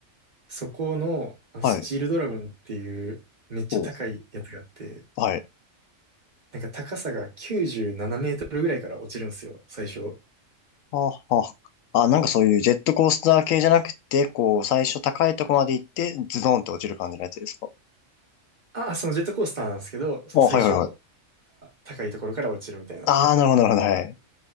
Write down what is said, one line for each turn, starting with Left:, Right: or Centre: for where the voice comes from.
Right: そこのあスチールドラゴンっていうめっちゃ高いやつがあって、
Left: はい。そう、はい。
Right: なんか高さが97メートルぐらいから落ちるんですよ、最初。
Left: はあ、はあ。あ、なんかそういうジェットコースター系じゃなくて、こう、最初高いとこまで行って、ズドンって落ちる感じのやつですか
Right: ああ、そのジェットコースターなんですけど、その最初、
Left: あ、はいはいはい。
Right: 高いところから落ちるみたいな。
Left: ああ、なるほどなるほど、はい。